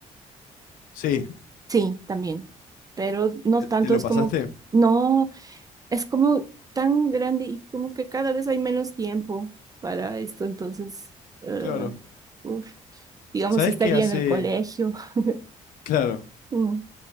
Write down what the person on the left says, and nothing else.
Sí,
¿te,
te lo
pasaste?
Claro.
¿Sabés
que hace,
claro,